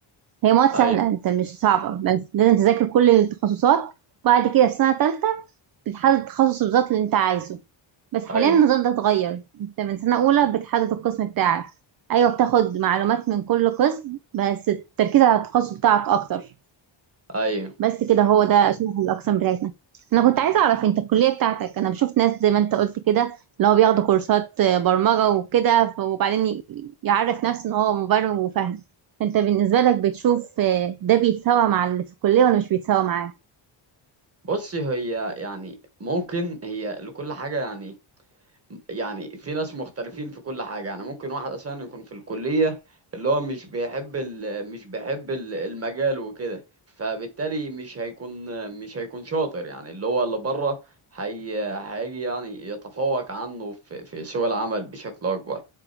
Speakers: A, on the right (about 45°); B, on the right (about 30°).
A: هي مواد سهلة
B: أيوه
A: أنت مش صعبة بس لازم تذاكر كل التخصصات وبعد كده في سنة تالتة بتحدد التخصص بالظبط اللي أنت عايزه بس حاليا
B: أيوه
A: النظام ده اتغير أنت من سنة أولى بتحدد القسم بتاعك أيوة بتاخد معلومات من كل قسم بس التركيز على التخصص بتاعك أكتر
B: أيوه
A: بس كده هو ده شبه الأقسام بتاعتنا أنا كنت عايزة أعرف أنت الكلية بتاعتك أنا بشوف ناس زي ما أنت قلت كده اللي هو بياخدوا كورسات برمجة وكده ف- وبعدين ي- يعرف نفسه إن هو مبرمج وفاهم أنت بالنسبة لك بتشوف آه، ده بيتساوى مع اللي في الكلية ولا مش بيتساوى معاه؟
B: بصي هي يعني ممكن هي لكل حاجة يعني يعني في ناس مختلفين في كل حاجة يعني ممكن واحد أساسا يكون في الكلية اللي هو مش بيحب ال... مش بيحب ال- المجال وكده فبالتالي مش هيكون مش هيكون شاطر يعني اللي هو اللي بره هي... هيجي يعني يتفوق عنه في... في سوق العمل بشكل أكبر